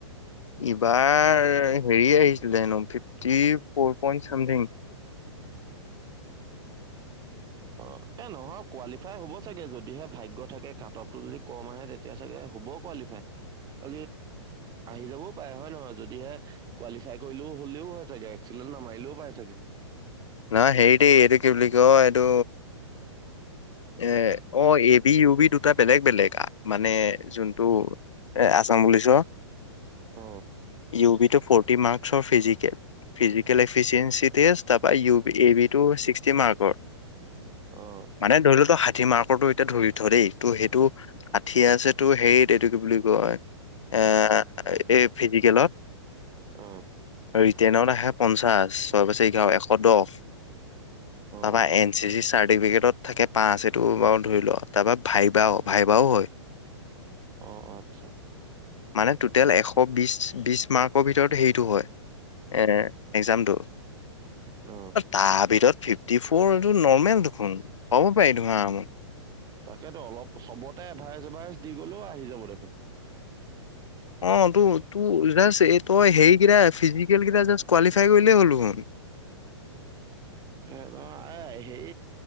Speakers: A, on the left; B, on the right.
A: ইবাৰ হেৰি আহিছিলে হেনো ফিফটি ফৰ পইন্ট চামথিং।
B: অ' এ নহয় কোৱালিফাই হ'ব চাগে যদিহে ভাগ্য থাকে কাট অফটো যদি কম আহে তেতিয়া চাগে হ'ব কোৱালিফাই খা আহি যাবও পাৰে হয় নহয় যদিহে কোৱালিফাই কৰিলেও হ'লেও চাগে এক্ছিল নামাৰিলও পাই চাগে।
A: ন সেইট এইটো কি বুলি ক এইটো এ অ' এ বি ইউ বি দুটা বেলেগ বেলেগ মানে যোনটো এ আ অ, ' শুনিছ
B: অ
A: উবি টো ফোৰ্টিমাৰস্কৰ ফিজিক্স ফিজিকেল এফিচিয়েঞ্চিে তাৰ ই এ বি ট ছিক্সটি মাৰ্কৰ
B: অ
A: মানে ধৰি লতো ষঠি মাৰ্কটো এতিয়া ধৰি থ দেই ত সেইটো ষাঠি আছে তো হেৰিত এইটো কি বুলি কয়। এ এই ফিজিকেলত।
B: অ
A: ৰিটাৰনত আহে পঞ্চাশ চ পাছএ এঘাৰ পদবা
B: অ
A: এন চি চি চাৰ্টিফিকেটত থাকে পাঁচ এইটো বাৰু ধৰি লওঁ তাৰপৰা ভাইবাও ভাইবাও হয়।
B: অ আচ্ছা
A: মানে টটেল এশ। আকৌ বিশ, বিশ মাৰ্কৰ ভিতৰত হেৰিটো হয় এক্সাম টো
B: অহ।
A: তাৰ ভিতৰত ফিফটি ফৰ এইটো নৰ্মেল দেখোন ক'ব পাৰি ধৰা আম
B: তাকেতো অলপ চবতে এভাৰেজ এভাৰেজ দি গ'লেও আহি যাব দেখোন।
A: অ' ত তোৰ জাষ্ট এই তই হেৰিকেইটা ফিজিকেল কেইটাষ্ট কোৱালিফাই কৰিলেই হ'ল দেখোন। <inaudible>
B: এ নহ আ সেই